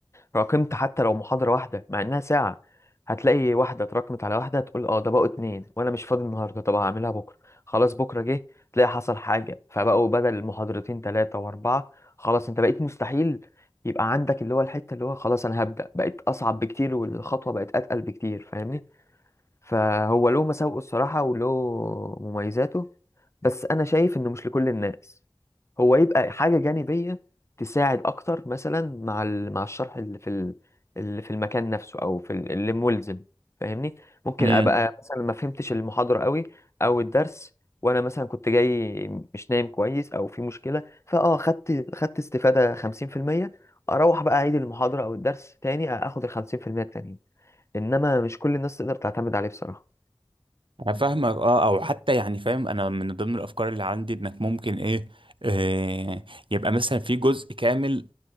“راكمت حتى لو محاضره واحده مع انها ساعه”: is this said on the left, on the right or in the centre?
Left